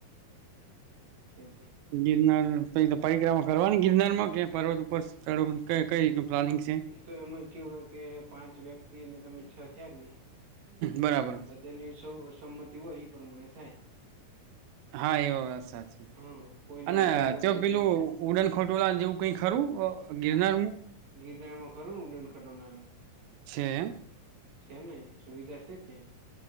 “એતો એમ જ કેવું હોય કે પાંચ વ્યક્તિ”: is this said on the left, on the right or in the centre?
Right